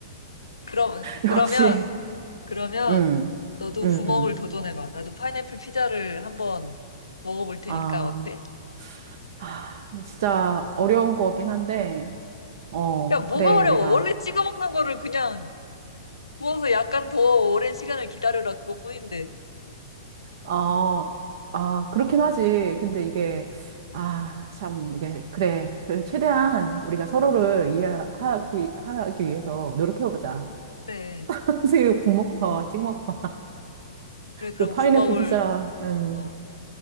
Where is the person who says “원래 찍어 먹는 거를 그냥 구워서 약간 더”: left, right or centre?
Left